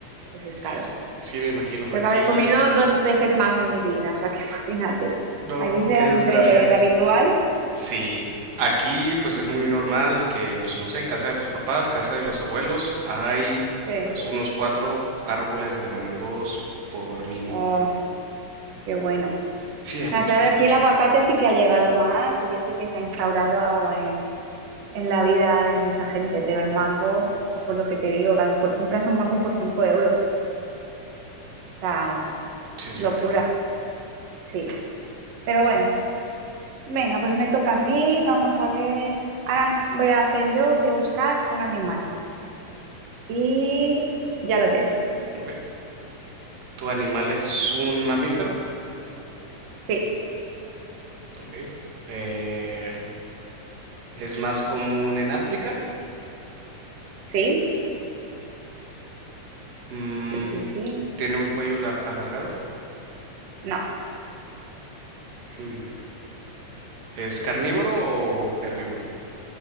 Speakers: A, on the right; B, on the right.
A: pues es caro.
B: Sí, sí. Sí, me imagino.
A: Creo
B: Aquí,
A: que habré comido dos veces mango en mi vida, o sea que <laughs> imagínate.
B: no,
A: Allí será
B: qué desgracia.
A: súper habitual.
B: Sí, aquí pues es muy normal que, pues no sé, en casa de tus papás, casa de los abuelos, hay
A: Sí.
B: pues unos cuatro árboles de mangos por mínimo.
A: Oh, qué bueno.
B: Sí, es
A: Ah,
B: mucho.
A: claro, aquí el aguacate sí que ha llegado más y ya sí que se ha instaurado en, en la vida de mucha gente, pero el mango, por lo que te digo, que a lo mejor compras un mango por 5 euros. O sea,
B: Sí, es
A: locura,
B: muy caro.
A: sí. Pero bueno, venga, pues me toca a mí, vamos a ver. Ahora voy a hacer yo, voy a buscar un animal. Y ya lo tengo.
B: Ok. ¿Tu animal es un mamífero?
A: Sí,
B: Ok. Eh, ¿es más común en África?
A: sí.
B: Mm,
A: Sí, sí, sí.
B: ¿tiene un cuello lar- alargado?
A: No.
B: Mm. ¿Es carnívoro o herbívoro?